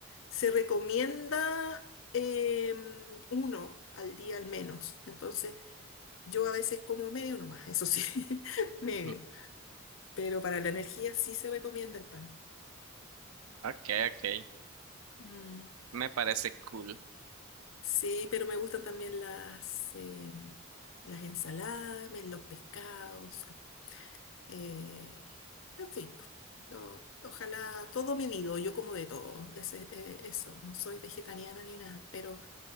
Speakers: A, on the left; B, on the right.
A: se recomienda em, uno al día al menos. Entonces, yo a veces como medio nomás, eso sí, <laughs> medio.
B: Mm.
A: Pero para la energía sí se recomienda el pan.
B: Okay, okay.
A: Mm.
B: Me parece cool.
A: Sí, pero me gustan también las, em, las ensaladas, me- los pescados, los- eh, en fin. po. Lo- ojalá todo medido, yo como de todo, ese- eh, eso, no soy vegetariana ni nada, pero